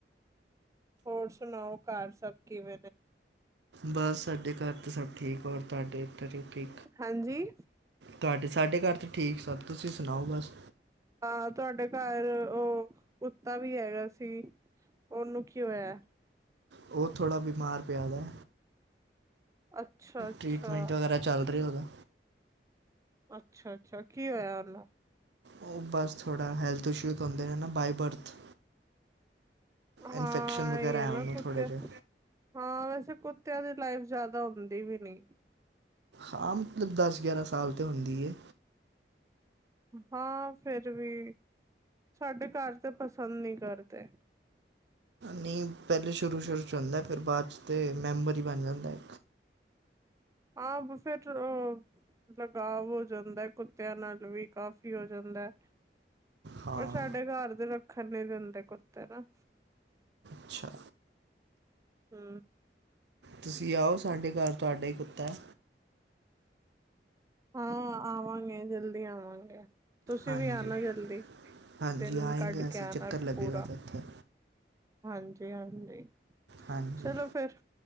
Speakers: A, on the right; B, on the right.
A: ਹੋਰ ਸੁਣਾਓ ਘਰ ਸਬ ਕਿਵੇਂ ਨੇ?
B: ਬਸ ਸਾਡੇ ਘਰ ਤੇ ਸਭ ਠੀਕ, ਔਰ ਤੁਹਾਡੇ ਏਧਰ ਠੀ
A: ਹਾਂਜੀ
B: ਤੁਹਾਡੇ ਸਾਡੇ ਘਰ ਤੇ ਠੀਕ ਸਬ, ਤੁਸੀਂ ਸੁਣਾਓ ਬਸ?
A: ਹਾਂ, ਤੁਹਾਡੇ ਘਰ ਓ ਕੁੱਤਾ ਵੀ ਹੈਗਾ ਸੀ। ਓਨੂੰ ਕੀ ਹੋਇਆ?
B: ਓ ਥੋੜਾ ਬਿਮਾਰ ਪਿਆ ਵਾ।
A: ਅੱਛਾ ਅੱਛਾ
B: ਟ੍ਰੀਟਮੈਂਟ ਵਗੈਰਾ ਚੱਲ ਰਿਹਾ ਓਦਾ।
A: ਅੱਛਾ-ਅੱਛਾ, ਕੀ ਹੋਇਆ ਓਨੂੰ?
B: ਓ ਬਸ ਥੋੜਾ ਹੈਲਥ ਇਸ਼ੂਜ ਹੁੰਦੇ ਨੇ ਨਾ ਬਾਏ-ਬਰਥ।
A: ਹਾਂ
B: ਇਨਫੈਕਸ਼ਨ ਵਗੈਰਾ
A: ਇਹ
B: ਹੈ
A: ਨਾ
B: ਓਨੂੰ
A: ਕੁੱਤੇ
B: ਥੋੜੇ ਜੇ।
A: ਹਾਂ ਵੈਸੇ ਕੁੱਤਿਆਂ ਦੀ ਲਾਈਫ ਜ਼ਆਦਾ ਹੁੰਦੀ ਵੀ ਨੀ।
B: ਹਾਂ ਮਤਲਬ ਦਸ-ਗਆਰਾਂ ਸਾਲ ਤੋਂ ਹੁੰਦੀ ਏ।
A: ਹਾਂ ਫੇਰ ਵੀ ਸਾਡੇ ਘਰ ਤੇ ਪਸੰਦ ਨੀ ਕਰਦੇ।
B: ਨੀ ਪੈਹਲੇ ਸ਼ੁਰੂ-ਸ਼ੁਰੂ ਚ ਹੋਂਦੈ ਫੇਰ ਬਾਦ ਚ ਤੇ ਮੈਂਬਰ ਈ ਬਣ ਜਾਂਦੈ।
A: ਆਪ ਫੇਟ ਰੋ। ਲਗਾਵ ਓ ਜਾਂਦੈ ਕੁੱਤੇਆਂ ਨਾਲ ਵੀ ਕਾਫ਼ੀ ਹੋ ਜਾਂਦੈ।
B: ਹਾਂ
A: ਪਰ ਸਾਡੇ ਘਾਰ ਦੇ ਰੱਖਣ ਨੀ ਦਿੰਦੇ ਕੁੱਤੇ ਨਾ।
B: ਅੱਛਾ।
A: ਹੂੰ।
B: ਤੁਸੀਂ ਆਓ ਸਾਡੇ ਘਰ ਤੁਹਾਡਾ ਈ ਕੁੱਤਾ।
A: ਹਾਂ ਆਵਾਂਗੇ ਜਲਦੀ ਆਵਾਂਗੇ। ਤੁਸੀਂ
B: ਹਾਂਜੀ
A: ਵੀ ਆਣਾ ਜਲਦੀ,
B: ਹਾਂਜੀ
A: ਦਿਨ
B: ਆਏਂਗੇ
A: ਕੱਢ
B: ਅਸੀਂ
A: ਕੇ ਆਣਾ
B: ਚੱਕਰ ਲੱਗੇਗਾ
A: ਪੂਰਾ।
B: ਤਾਂ ਇੱਥੇ
A: ਹਾਂਜੀ-ਹਾਂਜੀ।
B: ਹਾਂਜੀ
A: ਚਲੋ ਫੇਰ,